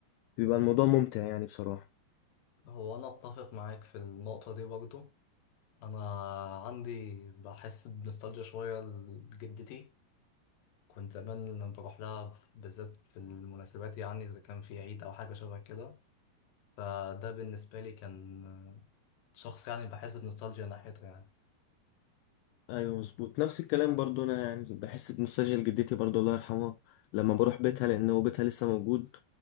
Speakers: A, on the left; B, on the left.
A: بيبقى الموضوع ممتع يعني بصراحة
B: هو انا اتفق معاك في النقطه دي برضو انا عندي بحس بنوستالجيا شويه لجدتي كنت زمان لما بروح لها بالذات في المناسبات يعني اذا كان في عيد او حاجه شبه كده فده بالنسبة لي كان شخص يعني بحس بنوستالجيا ناحيته يعني
A: ايوه مظبوط نفس الكلام برضو انا يعني بحس بنوستالجيا لجدتي برضو الله يرحمها لما بروح بيتها لان هو بيتها لسه موجود